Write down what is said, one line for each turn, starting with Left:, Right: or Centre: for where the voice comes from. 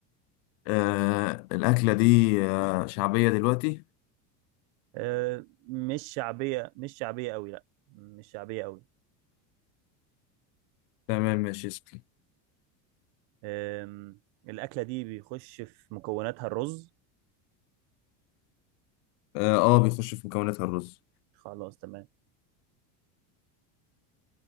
Left: آه الأكلة دي آه شعبية دلوقتي
Right: آه، مش شعبية مش شعبية أوي لأ مش شعبية أوي
Left: تمام ماشي اسأل
Right: أم، الأكلة دي بيخش في مكوناتها الرز
Left: اه آه، بيخش في مكوناتها الرز
Right: خلاص تمام